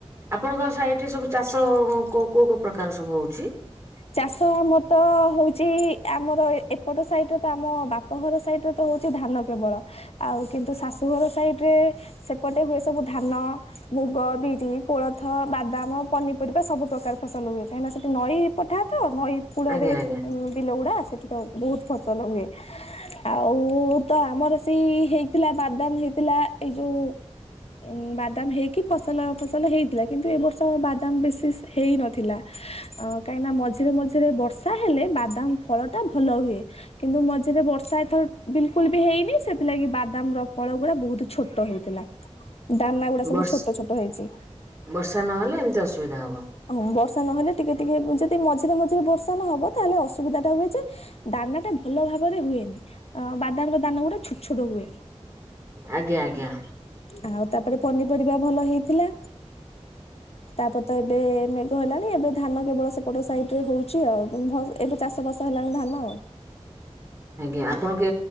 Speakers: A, on the right; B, on the left.
A: ଆପଣଙ୍କ ସା ଟେ ସବୁ ଚାଷ କୋଉ କୋଉ କୋଉ ପ୍ରକାର ସବୁ ହଉଛି?
B: ଚାଷ ଆମର ତ ହଉଛି ଆମର ଏପଟ ସାଇଡ ର ତ ଆମ ବାପଘର ସାଇଡ ର ତ ହଉଛି ଧାନ କେବଳ ଆଉ କିନ୍ତୁ ଶାଶୁଘର ସାଇଡରେ ସେପଟେ ହୁଏ ସବୁ ଧାନ ମୁଗ, ବିରି, କୋଳଥ, ବାଦାମ, ପନିପରିବା ସବୁ ପ୍ରକାର ଫସଲ ହୁଏ। କାଇଁନା ସେଠି ନଈ ପଠା ତ ନଈ କୂଳରେ
A: ଆଜ୍ଞା ଆଜ୍ଞା
B: ବିଲ ଗୁଡା ସେଠି ତ ବହୁତ ଫସଲ ହୁଏ। ଆଉ ତ ଆମର ସେଇ ହେଇଥିଲା, ବାଦାମ ହେଇଥିଲା ଏଇ ଯୋଉ ଉ ବାଦାମ ହେଇକି ଫସଲ ଫସଲ ହେଇଥିଲା କିନ୍ତୁ ଏ ବର୍ଷ ବାଦାମ ବିଶେଷ ହେଇ ନଥିଲା। ଅ କାହିଁକିନା ମଝିରେ ମଝିରେ ବର୍ଷା ହେଲେ ବାଦାମ ଫଳ ଟା ଭଲ ହୁଏ, କିନ୍ତୁ ମଝିରେ ବର୍ଷା ଏଥର ବିଲକୁଲ ବି ହେଇନି ସେଥିଲାଗି ବାଦାମ ର ଫଳ ଗୁଳା ବହୁତ ଛୋଟ ହେଇଥିଲା। ଦାନା ଗୁଡା ସବୁ
A: ବର୍ଷ
B: ଛୋଟ ଛୋଟ ହେଇଛି।
A: ବର୍ଷା ନହେଲେ ଏମିତି ଅସୁବିଧା ହବ
B: ଉଁ ବର୍ଷା ନହେଲେ ଟିକେ ଟିକେ ଯଦି ମଝିରେ ମଝିରେ ବର୍ଷା ନ ହବ ତାହେଲେ ଅସୁବିଧା ଟା ହୁଏ ଯେ ଦାନା ଟା ଭଲ ଭାବରେ ହୁଏନି। ବାଦାମ ର ଦାନ ଗୁଡା ଛୋଟ ଛୋଟ ହୁଏ।
A: ଆଜ୍ଞା ଆଜ୍ଞା।
B: ଆଉ ତାପରେ ପନିପରିବା ଭଲ ହେଇଥିଲା। ତାପରେ ତ ଏବେ ମେଘ ହେଲାଣି, ଏବେ ଧାନ କେବଳ ସେପଟ ସାଇଡରେ ହଉଛି ଆଉ ଉଁ ଭଉଏ ଏବେ ଚାଷ ବାସ ହେଲାଣି ଧାନ ଆଉ।
A: ଆଜ୍ଞା ଆପଣଙ୍କ